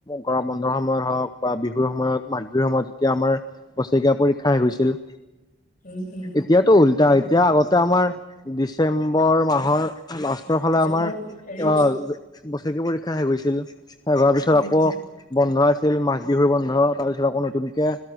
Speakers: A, on the left; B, on the left.
A: কৰা বন্ধৰ সময়ত হওক বা বিহুৰ সময়ত মাঘ বিহুৰ সময়ত তেতিয়া আমাৰ বছৰেকীয়া পৰীক্ষাই শেষ হৈছিল
B: উম উম
A: এতিয়াতো উল্টা এতিয়া আগতে আমাৰ ডিচেম্বৰ মাহৰ - ৰ ফালে
B: ডিচেম্বৰত
A: আমাৰ আহ
B: হেৰি হৈছিল
A: বছৰেকীয়া পৰীক্ষা শেষ হৈছিল শেষ হোৱাৰ পিছত
B: উম
A: আকৌ
B: উম
A: বন্ধ আছিল মাঘ বিহুৰ বন্ধ তাৰপিছত আকৌ নতুনকে